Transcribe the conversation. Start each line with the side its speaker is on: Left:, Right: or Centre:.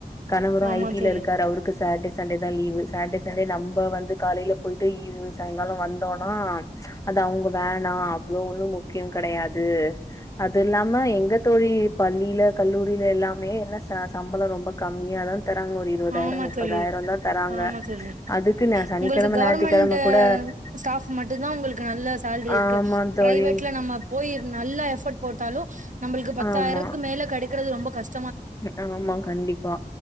Left: கணவரு
Right: ஆமா
Left: ஐடில
Right: தோழி
Left: இருக்காரு அவருக்கு சாட்டே சன் சண்டே தான் லீவு சாட்டர்டே சண்டே நம்ம்ப வந்து காலையில போயிட்டு ஈ விவ சாயங்காலம் வந்தோம்னா அது அவங்க வேணா அவ்வளவு ஒண்ணு முக்கிய கிடையாது அது இல்லாம எங்க தோழி பள்ளி ல கல்லூரியில எல்லாமே என்ன ச சம்பலோ ரொம்ப கம்மியாதா தராங்க ஒரு இருபதாயிரோ
Right: ஆமா
Left: முப்பதாயிரோ
Right: தோழி
Left: தா தராங்க
Right: ஆமா தோழி
Left: அதுக்கு ந சனிக்கிழமை
Right: உங்களுக்கு கவர்மெண்ட்
Left: ஞாயிற்றுக்கிழமை கூட
Right: ஸ்டாஃப் மட்டுந்தா உங்களுக்கு நல்ல சேலரி இருக்கு
Left: ஆமா தோழி.
Right: பிரைவேட்ல நம்ம போய நல்லா எஃபர்ட் போட்டு தாலு நம்மளுக்கு பத்தாயிரத்துக்கு
Left: ஆமா.
Right: மேல கிடைக்கறிறது ரொம்ப கஷ்
Left: ஆமா கண்டிப்பா